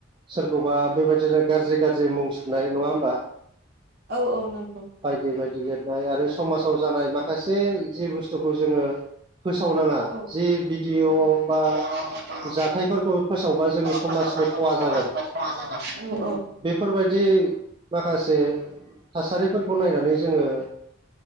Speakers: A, on the right; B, on the right.
A: सोरखौबा बेबायदिनो गाज्रि गाज्रि मुं सुरनाय नङा होमबा।
B: औ औ नंगौ।
A: बायदि बायदि लिरनाय आरो समाजाव जानाय माखासे जे बुस्थुखौ जोङो फोसावनाङा
B: औ
A: जे भिडिअ' बा
B: जाथायफोरखौ
A: जाथायफोरखौ फोसावबा जोंनि समाजनि
B: फोसावबा जोङो
A: खहा
B: समाजबो
A: जागोन
B: खहा जागोन।
A: बेफोरबायदि माखासे थासारिफोरखौ नायनानै जोङो